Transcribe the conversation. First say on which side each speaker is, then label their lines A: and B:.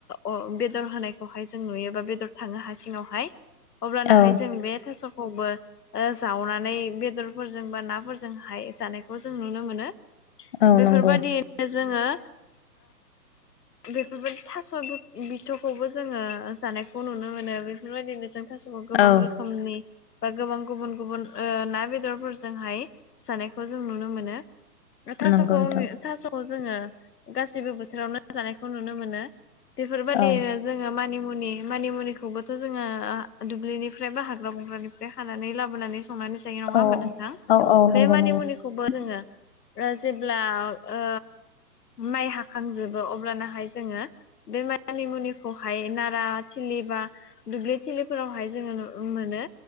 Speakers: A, on the left (about 70°); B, on the left (about 35°).
A: ओ अ बेदर होनायखौहाय जों नुयोबा बेदर थाङो हासिङावहाय अब्लानाहाय
B: औ
A: जों बे थास'खौबो जावनानै बेदरफोरजों बा नाफोरजों हाय जानायखौ जों नुनो मोनो
B: औ
A: बेफोरबायदिनो
B: नंगौ
A: जोङो बेफोरबायदि थास' बिथ'खौबो जोङो जानायखौ नुनो मोनो बेफोरबायदिनो जों थास' अ गोबां
B: औ
A: रोखोमनि बा गोबां गुबुन गुबुन ओ ना बेदरफोरजोंहाय जानायखौ जों नुनो मोनो थास'खौ
B: नंगौ नोंथां
A: थास'खौ जोङो गासैबो बोथोरावनो जानायखौ नुनो मोनो बेफोरबादि
B: औ
A: जोङो मानिमुनि मानिमुनिखौबोथ' जोङो आ दुब्लिनिफ्राय बा हाग्रा बंग्रानिफ्राय खानानै लाबोनानै संनानै जायो होनबा
B: औ
A: नोंथां
B: औ औ
A: बे
B: नंगौ
A: मानिमुनि
B: नंगौ
A: खौबो जोङो ओ जेब्ला ओ माइ हाखांजोब अ अब्लानाहाय जोङो बे मानि मुनिखौहाय नारा थिलि बा दुब्लि थिलिफोरावहाय जोङो नु मोनो